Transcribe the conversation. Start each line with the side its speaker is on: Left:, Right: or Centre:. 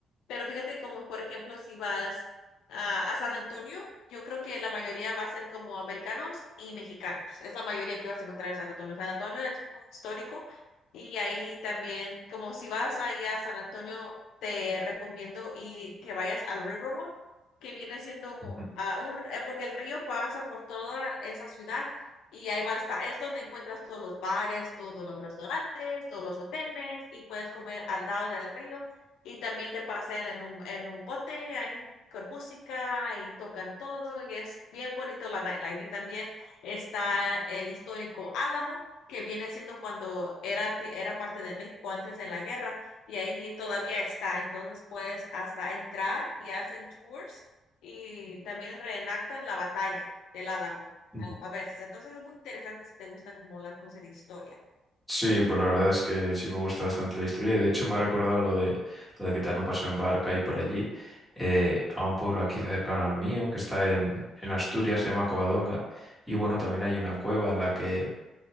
Left: Pero fíjate como, por ejemplo, si vas a, a San Antonio, yo creo que la mayoría va a ser como americanos y mexicanos. Es la mayoría que vas a encontrar en San Antonio. San Antonio es muy histórico y ahí también, como si vas ahí a San Antonio, te recomiendo y que vayas al Riverwalk, que viene siendo
Centre: Ujú,
Left: ah, un, r- eh, porque el río pasa por toda esa ciudad. Y ahí va a estar, es donde encuentras todos los bares, todos los restaurantes, todos los hoteles y puedes comer al lado del río y también te pasean en un, en un bote ahí con música y tocan todo y es bien bonito la nightlife. Y también está el histórico Álamo, que viene siendo cuando era, ti- era parte de México antes de la guerra y ahí todavía está. Entonces puedes hasta entrar y hacen tours y también reenactan la batalla del Álamo
Centre: ujú.
Left: a, a veces. Entonces es muy interesante si te gusta como las cosas de historia.
Centre: Sí, pues la verdad es que sí me gusta bastante la historia y de hecho me ha recordado lo de, lo de que te dan un paseo en barca y por allí eh, a un pueblo aquí cercano al mío que está en, en Asturias, se llama Covadonga y bueno, también hay una cueva en la que